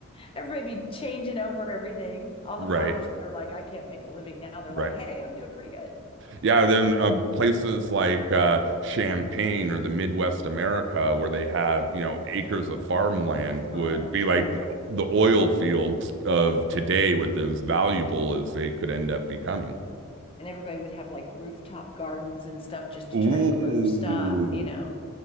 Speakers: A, on the left; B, on the right.
A: Everybody be changing over everything. All the
B: right,
A: farmers that are like, I can't make a living now, they're
B: right.
A: like, hey, I'm doing pretty good.
B: Yeah, then uh, places like uh, Champaign or the Midwest America, where they have, you know, acres of farmland, would
A: Tons.
B: be like
A: Yeah.
B: th- the oil fields of today with as valuable as they could end up becoming.
A: And everybody would have like rooftop gardens and stuff just to
B: Ooh.
A: try to grow stuff, you know.